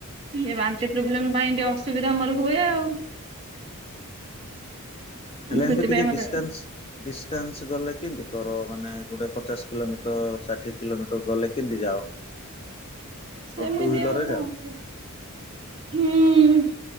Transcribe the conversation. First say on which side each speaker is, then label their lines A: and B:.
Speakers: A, on the right (about 25°); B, on the left (about 25°).
A: ଇଏ ବାନ୍ତି ପ୍ରୋବ୍ଲେମ୍ ପାଇଁ ଟିକେ ଅସୁବିଧା ମୋର ହୁଏ ଆଉ।
B: ହୁଁ ହେଲେ
A: ସେଥିପାଇଁ
B: ଏମିତି ଟିକେ
A: ମତେ
B: ଡିଷ୍ଟାନ୍ସ୍ ଡିଷ୍ଟାନ୍ସ୍ ଗଲେ କେମତି କର। ମାନେ ଗୋଟେ ପଚାଶ କିଲୋମିଟର ଷାଠିଏ କିଲୋମିଟର ଗଲେ କେମିତି ଯାଅ?
A: ସେମିତି
B: ଟୁ ହ୍ୱିଲର
A: ଆଉ
B: ରେ
A: କଣ
B: ଯାଅ
A: କରିବା। ହୁଁ